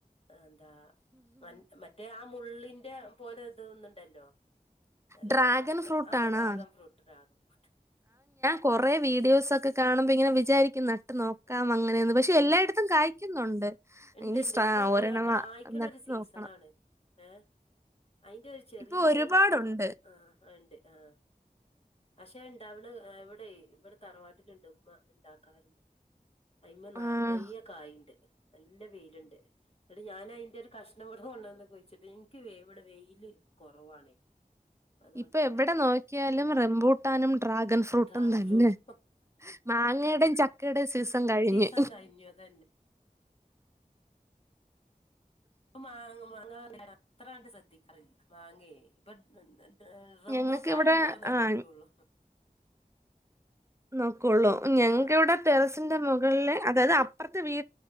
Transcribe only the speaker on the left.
എന്താ മ മറ്റേ ആ മുള്ളിന്റെ പോലെ ഇതൊന്നുണ്ടല്ലോ നിലവാണ്
അല്ല
ആഹ് ഡ്രാഗൺ ഫ്രൂട്ട് ഡ്രാഗൺ ഫ്രൂട്ട്
ആ
ആ
ആ
ആ
ആ
ആ
ഇണ്ട്ണ്ട്
ഇപ്പൊ
കായ്ക്കണ
ഒരു സീസൺ
ആണ് ഏയ് അയിന്റെ ഒരു ചെറിയൊരു
കഷ്ണം ആഹ് ഉണ്ട് ആഹ് പക്ഷെ ഇണ്ടവടെ ഇവിടെയേ ഇവിടെ തറവാട്ടിലുണ്ട് ഉമ്മ ഉണ്ടാക്കാറുണ്ട് അയിമ്മേ നറയെ
കായുണ്ട് നല്ല വെയിലുണ്ട് ന്നിട്ട് ഞാൻ അയിന്റെ ഒരു കഷ്ണപ്പെടുന്നുണ്ടോന്ന് കുയിച്ചിട്ട് എനിക്ക് വ്ട് വെയില് കുറവാണേ അതുകൊണ്ട്
ഇണ്ടാവാത്ത
ഉം
ഉം
ഡ്രാഗൺ
ഫ്രൂട്ട്
സീസൺ കഴിഞ്ഞു അതന്നെ ഇപ്പം മാങ്ങ മാങ്ങ അത്രായിട്ട് ശ്രദ്ധിക്കാറില്ല മാങ്ങേ ഇപ്പൊ റ റംബൂട്ടാൻ
ഉണ്ടോന്ന്
നോക്കുള്ളൂ
ആ
ആ